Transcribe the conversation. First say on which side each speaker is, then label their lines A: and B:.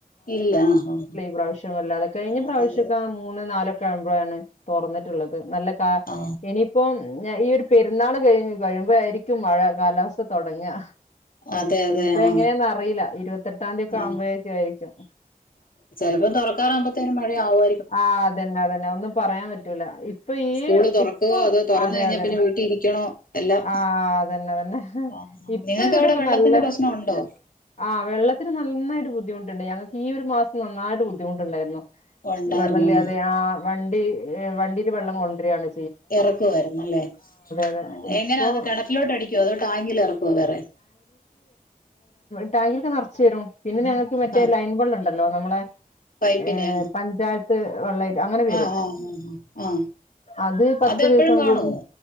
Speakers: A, on the left; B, on the left.
A: ഇല്ല ആഹ ആ
B: പ്രാവശ്യം അല്ലാതെ കഴിഞ്ഞ പ്രാവശ്യക്കെ
A: അതെ അതെ
B: മൂന്ന് നാല് കമ്പോഴാണ് തൊർന്ന്ട്ട്ള്ളത് നല്ല ക്കാ
A: ആ
B: ഇനിയിപ്പം നെ ഈ പെരുന്നാള് കഴിഞ്ഞ് കഴിയുമ്പോയാ യിരിക്കും മഴ കാലാവസ്ഥ തൊടങ്ങാ
A: അതെ അതെ
B: നിയിപ്പ
A: ആ
B: എങ്ങനെയെന്ന് അറിയില്ല ഈ രുവത്തെട്ട് ത്താംതിയൊക്കെ
A: ആ
B: ആവുമ്പഴെക്കെ ആയിക്കും.
A: <unintelligible> തൊറക്കാറാവുമ്പത്തേന് മഴ ആവൊ
B: ആ അതനെ അതനെ ഒന്നും പറയാൻ പറ്റൂല. ഇപ്പൊ ഈ
A: സ്കൂള് തുറക്കുവോ
B: ഇപ്പൊ
A: അതോ തുറന്നു
B: അതെ
A: കഴിഞ്ഞാ
B: അതെ
A: പിന്നെ വീട്ടിൽ ഇരിക്കണോ എല്ലാം
B: ആഹ അതന്നെതന്നെ
A: ആഹാ
B: ഇപ്പൊ
A: നിങ്ങൾക്ക്
B: ഇവിടെക്കെ
A: അവിടെ വെള്ളത്തിന്റെ
B: നല്ല
A: പ്രശ്നം ഉണ്ടോ
B: ആ വെള്ളത്തി നന്നായിട്ട് ബുദ്ധിമുട്ട്ണ്ട് ഞങ്ങൾക്ക് ഈ ഒരു മാസം നന്നായിട്ട് ബുദ്ധിമുട്ടുണ്ടായിരുന്നു.
A: ഉണ്ടായിരുന്നു
B: വെള്ളല്യതെ ആ വണ്ടി. ഏ വണ്ടിയില് വെള്ളം കൊണ്ടരിയാണ്.
A: എറക്കുവായിരുന്നല്ലേ
B: അതെ
A: ആ
B: ഇപ്പൊ
A: എങ്ങനെ അത് കെണറ്റിലോട്ട് അടിക്കുവോ അത് ടാങ്കിലെകെറക്കോ വേറെ.
B: ട്ടാങ്കിൽക്ക്നർച്യരും. പിന്നെ ഞങ്ങക്ക് മറ്റേ
A: ആ
B: ലൈൻ വെള്ളൻ ണ്ടല്ലോ നമ്മളെ.
A: പൈപ്പിന്.
B: ഏഹ് പഞ്ചായത്ത് വെള്ളയിട്ട് അങ്ങനെ വെരും
A: ആ ആ ആ ആ
B: അത് പത്ത്
A: അതെപ്പോഴും
B: ദിവസം
A: കാണുവോ
B: കൂടും